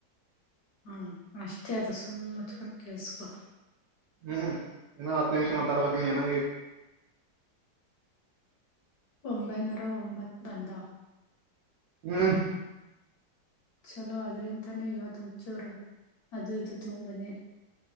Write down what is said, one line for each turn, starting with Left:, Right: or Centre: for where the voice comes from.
Left: ಹ್ಮ ಅಷ್ಟೇ ಅದ ಸುಮ್ ಮುಚ್ಕೊಂಡ್ ಕೇಳುಸ್ಕೊರಿ.
Right: ಹ್ಮ್ ಇನ್ನ ಹತ್ತ ನಿಮಿಷ ಮಾತಾಡ್ಬೇಕ್ ನೀ ಇನ್ನ.
Left: ಒಂಬೈನೂರ ಒಂಬತ್ ಬಂದವ್.
Right: ಹ್ಮ್.
Left: ಚಲೋ ಅದ್ರಿಂತಾನೇ ಇವತ್ ಒಂನ್ ಚೂರು ಅದು ಇದು ತೊ ಬಂದಿನಿ.